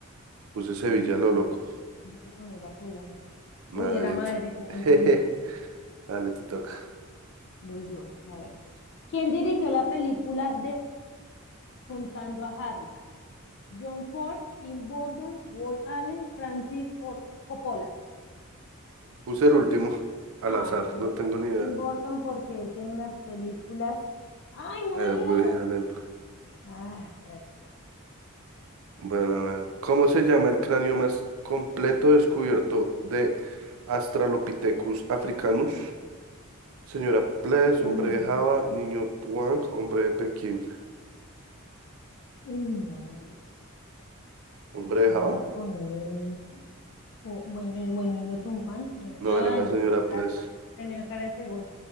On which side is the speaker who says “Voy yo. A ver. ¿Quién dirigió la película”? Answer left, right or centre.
Left